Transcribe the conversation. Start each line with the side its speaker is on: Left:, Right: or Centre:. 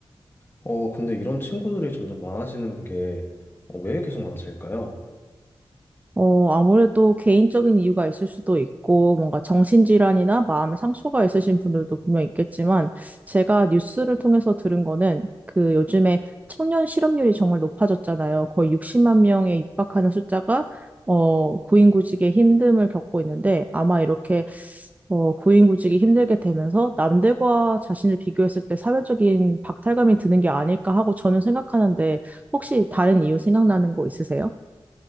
Left: 어, 근데 이런 친구들이 점점 많아지는 게 어, 왜 계속 많아질까요?
Right: 어, 아무래도 개인적인 이유가 있을 수도 있고, 뭔가 정신질환이나 마음의 상처가 있으신 분들도 분명 있겠지만, 제가 뉴스를 통해서 들은 거는 그 요즘에 청년 실업률이 정말 높아졌잖아요. 거의 60만 명에 육박하는 숫자가, 어, 고인구직의 힘듦을 겪고 있는데, 아마 이렇게, 어, 고인구직이 힘들게 되면서 남들과 자신을 비교했을 때 사회적인 박탈감이 드는 게 아닐까 하고 저는 생각하는데, 혹시 다른 이유 생각나는 거 있으세요?